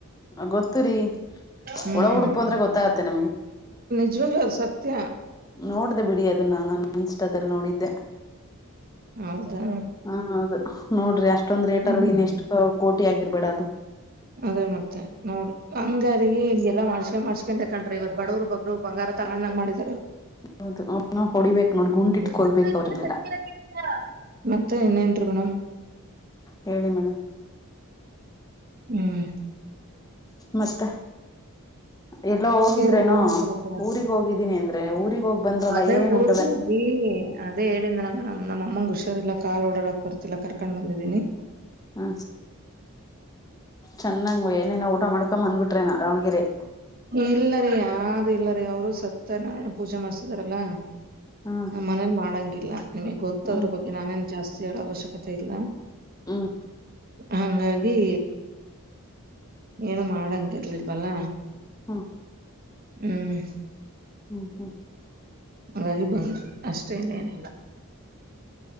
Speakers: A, on the left (about 15°); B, on the right (about 40°).
A: ಗೊತ್ತುರಿ
B: ಹ್ಮ್
A: ಒಳ ಉುಡುಪು ಅಂದ್ರೆ ಗೊತ್ತಾಗತ್ತೆ ನಮಗೆ.
B: ನಿಚ್ವಾಗ್ಲು ಅದ್ ಸತ್ಯ.
A: ನೋಡ್ದೆ ಬಿಡಿ ಅದನ್ನ ನಾನು ಇನ್ಸ್ಟ್ ನೋಡಿದ್ದೆ
B: ಹೌದಾ
A: ಹ ಹೌದು ನೋಡ್ರಿ ಅಷ್ಟೇ. ಇಷ್ಟೊಂದು ರೇಟ್
B: ಹ್ಮ್
A: ಅಲ್ಲಿ ಇನ್ನ ಎಷ್ಟು ಕೋಟಿ ಆಗಿರ್ಬೇಡ ಅದು.
B: ಅದೇ ಮತ್ತೆ ನೋಡ್ರಿ ಹಂಗಾರೀ ಹಿಂಗೆಲ್ಲ ಮಾಡ್ಸ್ಕ ಮಾಡ್ಸ್ಕೊಂಡಂಡೆ ಕಣ್ರಿ ಇವತ್ ಬಡವರು ಬಗ್ರು ಬಂಗಾರ. ತಗಂಗ ಮಾಡಿದರೆ.
A: ಹೌದು ಅವ್ರನ್ನ ಹೊಡಿಬೇಕಕ್ ನೋಡಿ ಗುಂಡಿಟ್ಕೊಳ್ಬೇಕು
B: <inaudible>
A: ಅವ್ರನ್ನೆಲ್ಲ
B: ಮತ್ತೆ ಇನ್ ಏನ್ರಿ ಮೇಡಮ್.
A: ಹೇಳಿ ಮೇಡಮ್.
B: ಹ್ಮ್
A: ಮತ್ತೆ ಎಲ್ಲ ಹೋಗಿದ್ರೇನೋ
B: ಹೇಳ್ರಿ ಏನ್ ಸಮಾಚಾರ
A: ಊರಿಗ್ ಹೋಗಿದ್ದೀನಿ ಅಂದ್ರೆ ಊರಿಗ ಹೋಗ್ ಬಂದ್ರಲ್ಲ
B: ಅದೇ
A: ಏನೇನು ಉಂ
B: ಹೋಗಿ ಅದೇ ಹೇಳಿದ್ನಲ್ಲ ಮೇಡಮ್ ನಮ್ಮ ಅಮ್ಮಂಗ ಹುಷಾರಿಲ್ಲ ಕಾಲ್ ಓಡಾಡಕ್ ಬರ್ತಿಲ್ಲ ಕರ್ಕೊಂಡ್ ಬಂದಿದ್ದೀನಿ.
A: ಹ್ಮ ಚೆನ್ನಾಗ್ ಏನೇನ ಊಟ ಮಾಡ್ಕೊ ಬಂದ್ಬಿಟ್ರೇನಾ ದಾವಣಗೆರೆ.
B: ಇಲ್ಲರಿ ಅ ಇಲ್ಲರಿ ಅವರು ಸತ್ಯನಾರಾಯಣ ಪೂಜೆ ಮಾಡ್ಸಿದಾರಲ್ಲ.
A: ಹ್ಮ್
B: ನ ಮನೇಲಿ ಮಾಡಂಗಿಲ್ಲ ನಿಮಗ್ ಗೊತ್ತದ್ರ
A: ಹ್ಮ್
B: ಬಗ್ಗೆ ನಾನೇನ್. ಜಾಸ್ತಿ ಹೇಳೊ ಅವಶ್ಯಕತೆ ಇಲ್ಲ
A: ಹ್ಮ್
B: ಹಂಗಾಗಿ. ಏನು ಮಾಡಂಗಿರ್ಲಿಲ್ವಲ್ಲ.
A: ಹ್ಮ
B: ಹ್ಮ್
A: ಹ್ಮ ಹ್ಮ್
B: ಹಾಗಾಗಿ ಬಂದರಿ ಅಷ್ಟೆ ಇನ್ ಏನಿಲ್ಲ.